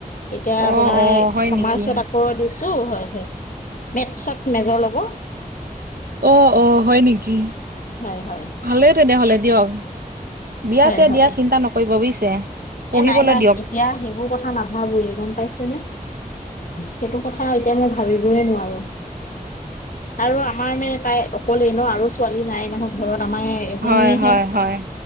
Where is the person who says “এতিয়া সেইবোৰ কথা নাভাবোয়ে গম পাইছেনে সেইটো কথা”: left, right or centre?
Left